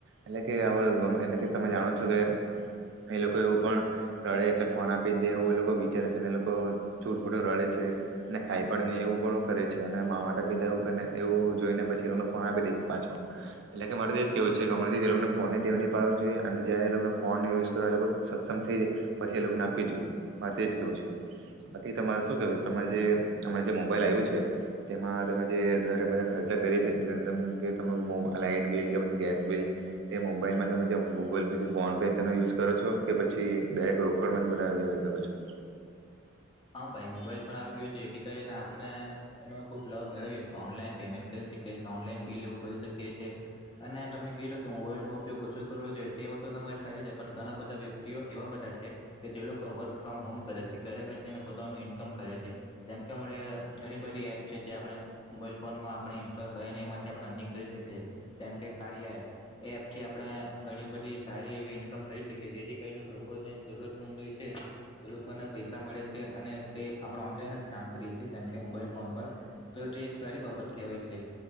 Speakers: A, on the right (about 65°); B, on the left (about 25°).
A: એટલે કે હ એટલે કે તમે જાણો છો કે એ લોકો એવું પણ રડે એટલે ફોન આપી દે એવો એ લોકો વિચારે છે ને એ લોકો જુટમુટ રડે છે અને ખાઈ પણ નહીં એવું પણ કરે છે અને મા માતા પિતા એવુંને એવું જોઈને પછી એ લોકોને ફોન આપી દે છે પાછો એટલે કે મારે તે એ જ કહેવું છે કે હમણાંથી એ લોકોને ફોનની ટેવ ન પાડવું જોઈએ અને જ્યારે એ લોકોને ફોન યુઝ કરવા એ લોકો સક્ષમ થઈ જાય પછી એ લોકોને આપી જ જોઈએ મારે તો જ કહેવું છે બાકી તમારે શું કહેવું છે તમામે જે અમારે જે મોબાઈલ આવ્યું છે તેમાં તમે જે ઘરે બધા ખર્ચા કરીએ છીએ જેમ કે તમે મોબ આ લાઇટ બિલ કે પછી ગેસ બિલ તે મોબાઈલમાં તમે જે ગૂગલ પે છે ફોન પે તેનો યુઝ કરો છો કે પછી દરેક રોકડમાં જ બધા વ્યવહાર કરો છો
B: હા ભાઈ મોબાઈલ ફોન આવી ગયો છે જેથી કરીને આપણે એનો ખૂબ લાભ મેળવી્યો છેએ ઓનલાઈન પેમેન્ટ કરી શકીએ છીએ ઓનલાઈન બિલ એવું ભરી શકીએ છીએ અને તમે કીધો કે મોબાઈલનો ઉપયોગ ઓછો કરવો જોઈએ તે તો તમારી સાચે છે પણ ઘણા બધા વ્યક્તિઓ એવા બધા છે કે જે લોકો વર્ક ફ્રોમ હોમ કરે છે ઘરે બેસે પોતાનું ઈન્કમ કરે છે જેમકે અણે ઘણી બધી એપ છે જે આપણે મોબાઈલ ફોનમાં આપણે ઇન્સ્ટોલ કરીને એમાંથી આપણે અર્નિંગ કરી શકીએ છીએ જેમ કે કાર્ય એપ એ એપથી આપણે ઘણી બધી સારી એવી ઇન્કમ કરી શકીએ જેથી કરીને લોકોને જરૂરત મંદ હો છે કે લોકોને પૈસા મળે છે કે અને તે આપણે ઓનલાઈન જ કામ કરીએ છીએ જેમ કે મોબાઈલ ફોન પર તો તે એક સારી બાબત કહેવાય છે